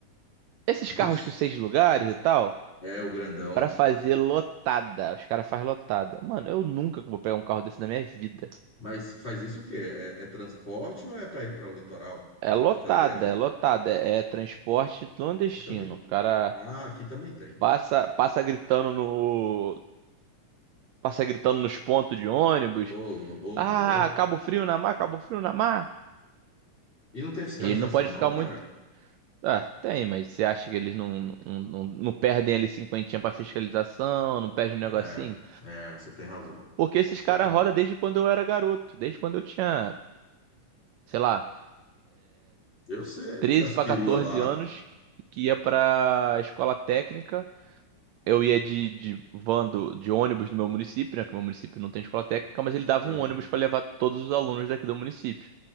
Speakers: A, on the right (about 85°); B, on the left (about 20°).
A: Esses
B: Vixe.
A: carros que seis lugares e tal,
B: É o grandão,
A: para fazer lotada. Os caras fazem lotada. Mano, eu nunca vou pegar um carro desse na minha vida.
B: Mas faz isso o quê? É, é transporte ou é para ir para o litoral,
A: É
B: para
A: lotada,
B: outro fazer viajar?
A: é lotada, é transporte clandestino.
B: Aqui também.
A: O cara
B: Ah, aqui também tem.
A: passa, passa gritando no, passa gritando nos pontos de ônibus.
B: Ô, lou- ô,
A: Ah,
B: louco.
A: Cabo Frio na mar, Cabo Frio na mar.
B: E não tem fiscalização,
A: E ele não pode ficar
B: não, cara?
A: muito. Ah, tem, mas você acha que eles não, não, não, não perdem ali cinquentinha pra fiscalização, não perdem
B: É,
A: um negocinho?
B: é, você tem razão.
A: Porque esses
B: Você
A: caras
B: tem razão.
A: rodam desde quando eu era garoto, desde quando eu tinha, sei lá,
B: Eu sei
A: 13
B: das
A: pra
B: peruas
A: 14
B: lá.
A: anos, que ia pra escola técnica eu ia de, de van do, de ônibus do meu município, né? Que meu município não tem escola técnica, mas ele dava
B: Aham.
A: um ônibus para levar todos os alunos daqui do município.